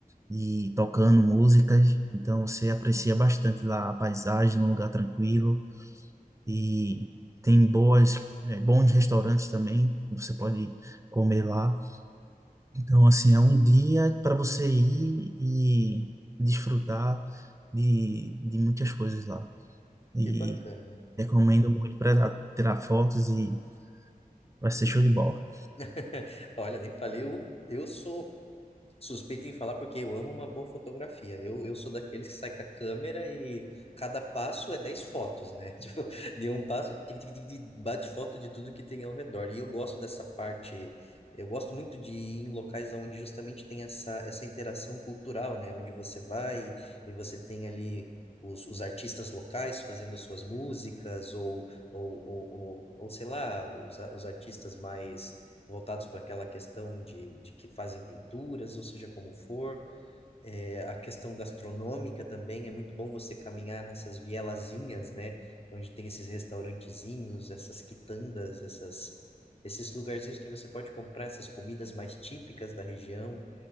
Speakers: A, on the right; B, on the left.
A: e tocando músicas, então você aprecia bastante lá a paisagem, um lugar tranquilo e tem boas, eh, bons restaurantes também, você pode comer lá. Então, assim, é um dia para você ir e desfrutar de, de muitas coisas lá. E
B: Que bacana.
A: recomendo
B: Uhum.
A: muito para tirar fotos e vai ser show de bola.
B: <laughs> Olha, nem falei, eu, eu sou Suspeito em falar porque eu amo uma boa fotografia. Eu, eu sou daqueles que sai com a câmera e cada passo é 10 fotos, né? <laughs> Tipo, de um passo, tic, tic, tic, tic, bate foto de tudo que tem ao redor. E eu gosto dessa parte, eu gosto muito de ir em locais onde justamente tem essa, essa interação cultural, né? Onde você vai e você tem ali. Os, os artistas locais fazendo suas músicas, ou, ou, ou, ou, ou sei lá, os, a- os artistas mais voltados para aquela questão de, de que fazem pinturas, ou seja, como for. É, a questão gastronômica também, é muito bom você caminhar nessas vielazinhas, né? Onde tem esses restaurantezinhos, essas quitandas, essas, esses lugarzinhos que você pode comprar essas comidas mais típicas da região.